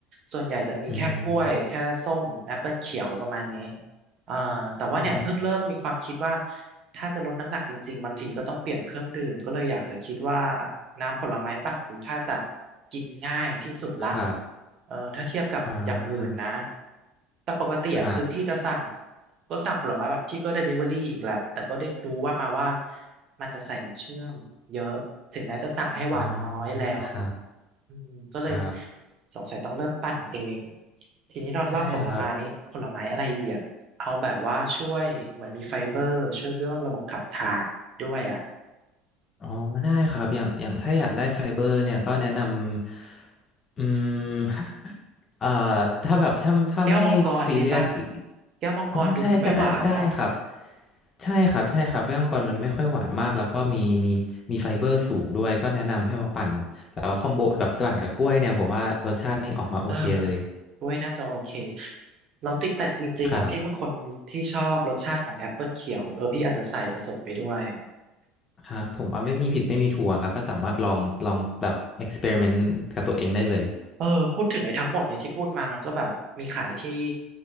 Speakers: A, on the right; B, on the left.
A: ส่วนใหญ่จะมีแค่กล้วยแค่ส้มแอปเปิลเขียวประมาณนี้
B: อืม
A: อ่าแต่ว่าเนี่ยเพิ่งเริ่มมีความคิดว่า
B: อืม
A: ถ้าจะลดน้ำหนักจริงๆบางทีก็ต้องเปลี่ยนเครื่องดื่มก็เลยอยากจะคิดว่าน้ำผลไม้ปั่นดูถ้าจะกินง่ายที่สุดละ
B: ครับ
A: เออถ้าเทียบกับอย่างอื่นนะ
B: อ่า
A: แต่ปกติอะคือพี่จะสั่ง
B: ครับ
A: ก็สั่งผลไม้แบบพี่ก็ Delivery อีกแหละแต่ก็ได้รู้ว่ามาว่ามันจะใส่น้ำเชื่อมเยอะถึงแม้จะสั่งให้หวานน้อยแล้ว
B: อ่าครับ
A: อืมก็เลย
B: ครับ
A: สงสัยต้องเริ่มปั่นเองทีนี้นอนว่าผลไม้ผลไม้อะไรดีอ่ะเอาแบบว่าช่วยเหมือนมีไฟเบอร์ช่วยเรื่องระบบขับถ่ายด้วยอ่ะ
B: ใช่ครับอ๋อได้ครับอย่างอย่างถ้าอยากได้ไฟเบอร์เนี่ยก็แนะนำ อืม <laughs> เอ่อ ถ้าแบบถ้าถ้าไม่ซีเรียส
A: แก้วมังกรดีป่ะแก้วมังกรดูไม่หวานเนาะ
B: อ๋อ ใช่ใช่ได้ได้ครับ ใช่ครับใช่ครับแก้วมังกรมันไม่ค่อยหวานมากแล้วก็มีมีมีไฟเบอร์สูงด้วยก็แนะนำให้มาปั่นแต่ว่าคอมโบแบบปั่นกับกล้วยเนี่ยผมว่ารสชาตินี่ออกมาโอเคเลย
A: เออเออกล้วยน่าจะโอเคเราติดแต่จริงๆอ่ะพี่เป็นคนที่ชอบรสชาติของแอปเปิลเขียวเออพี่อาจจะใส่ผสมไปด้วย
B: ครับครับผมว่าไม่มีผิดไม่มีถูกอะครับก็สามารถลองลองแบบเอ็กซ์เพร์เมนต์กับตัวเองได้เลย
A: อืม เออพูดถึงไอ้ทั้งหมดเนี่ยที่พูดมามันก็แบบมีขายที่